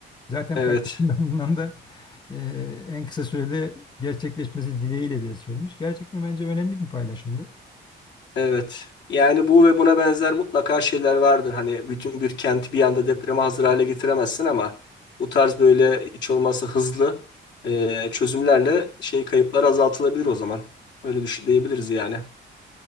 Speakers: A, on the left; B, on the left.
A: Zaten
B: evet,
A: paylaşımda <laughs> bundan da e, en kısa sürede gerçekleşmesi dileğiyle diye söylemiş. Gerçekten bence önemli bir paylaşımdı.
B: evet. Yani bu ve buna benzer mutlaka şeyler vardır. Hani bütün bir kenti bir anda depreme hazır hale getiremezsin ama bu tarz böyle hiç olmazsa hızlı e, çözümlerle şey kayıplar azaltılabilir o zaman. Öyle düşün, diyebiliriz yani.